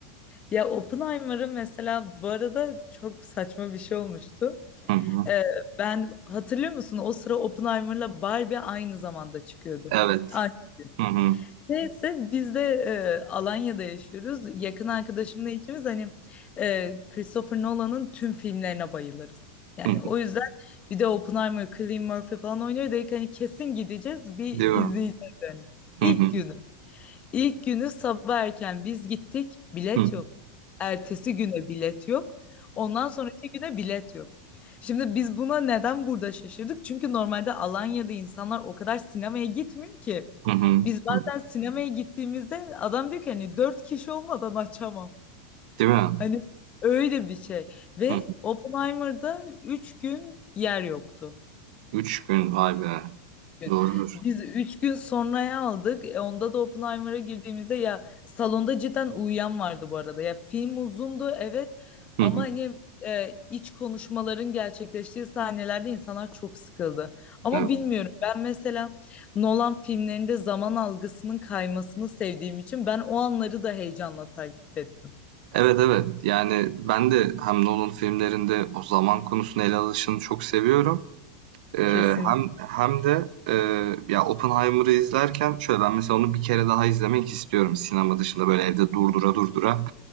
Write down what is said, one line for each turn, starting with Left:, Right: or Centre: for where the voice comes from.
Left: Ya Oppenheimer'ı mesela bu arada çok saçma bir şey olmuştu.
Right: Hı hı.
Left: Ee, ben hatırlıyor musun? O sıra Oppenheimer'la Barbie aynı zamanda çıkıyordu.
Right: Evet.
Left: Aynı gün.
Right: Hı hı.
Left: Neyse biz de e, Alanya'da yaşıyoruz. Yakın arkadaşımla ikimiz hani e, Christopher Nolan'ın tüm filmlerine bayılırız. Yani
Right: Hı hı.
Left: o yüzden bir de Oppenheimer, Cillian Murphy falan oynuyor dedik hani kesin gideceğiz bir
Right: Değil
Left: izleyeceğiz
Right: mi?
Left: yani. İlk
Right: Hı hı.
Left: günü. İlk günü sabah erken biz gittik, bilet
Right: Hı hı.
Left: yok. Ertesi güne bilet yok. Ondan sonraki güne bilet yok. Şimdi biz buna neden burada şaşırdık? Çünkü normalde Alanya'da insanlar o kadar sinemaya gitmiyor ki.
Right: Hı hı.
Left: Biz bazen
Right: Hı hı.
Left: sinemaya gittiğimizde adam diyor ki hani dört kişi olmadan açamam.
Right: Değil mi?
Left: Hani öyle bir şey. Ve
Right: Hı hı.
Left: Oppenheimer'da üç gün yer yoktu
Right: Üç gün vay be.
Left: gün.
Right: Doğrudur.
Left: Biz üç gün sonraya aldık. E, onda da Oppenheimer'a girdiğimizde ya salonda cidden uyuyan vardı bu arada. Ya film uzundu evet
Right: Hı
Left: ama
Right: hı.
Left: hani e, iç konuşmaların gerçekleştiği sahnelerde insanlar çok sıkıldı. Ama
Right: Evet.
Left: bilmiyorum ben mesela Nolan filmlerinde zaman algısının kaymasını sevdiğim için ben o anları da heyecanla takip ettim.
Right: Evet evet. Yani ben de hem Nolan filmlerinde o zaman konusunu ele alışını çok seviyorum. Ee,
Left: Kesin.
Right: hem hem de e, ya Oppenheimer'ı izlerken şöyle ben mesela onu bir kere daha izlemek istiyorum sinema dışında böyle evde durdura durdura.